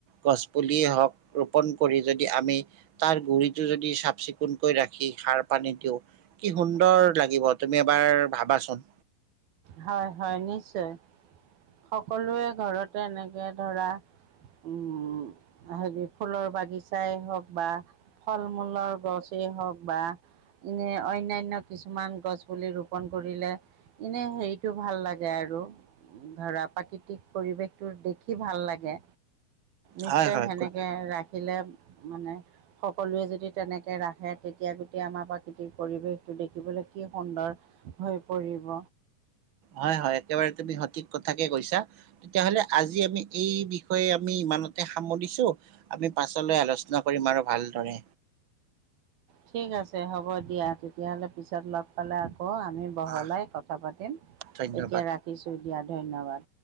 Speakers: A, on the right; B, on the right.
A: গছপুলিয়েই হওক ৰোপণ কৰি যদি আমি তাৰ গুৰিত টো যদি চাফ চিকুণকৈ ৰাখি সাৰ পানী দিওঁ, কি সুন্দৰ লাগিব তুমি এবাৰ ভাবাচোন।
B: হয় হয় নিশ্চয়। সকলোৱে ঘৰতে এনেকে ধৰা। উম হেৰি ফুলৰ বাগিচাই হওক বা ফল মূলৰ গছেই হওক বা এনে অন্যান্য কিছুমান গছ পুলি ৰোপণ কৰিলে এনেই হেৰিটো ভাল লাগে আৰু। ধৰা প্ৰাকৃতিক পৰিৱেশটো দেখি ভাল লাগে নিশ্চয়
A: হয় হয়
B: সেনেকে
A: ক-
B: ৰাখ- সিলে মানে। সকলোৱে যদি তেনেকৈ ৰাখে তেতিয়া গোটেই আমাৰ প্ৰাকৃতিক পৰিৱেশটো দেখিবলৈ কি সুন্দৰ হৈ পৰিব।
A: হয় হয় একেবাৰে তুমি সঠিক কথাকে কৈছা। তেতিয়া হ'লে আজি আমি এই বিষয়ে আমি ইমানতে সামৰিছো। আমি পাছলৈ আলোচনা কৰিম আৰু ভালদৰে।
B: ঠিক আছে হ'ব দিয়া তেতিয়াহলে পিছত লগ পালে আকৌ আমি বহলাই
A: আহ
B: কথা পাতিম
A: ধন্যবাদ
B: এতিয়া ৰাখিছোঁ দিয়া ধন্যবাদ।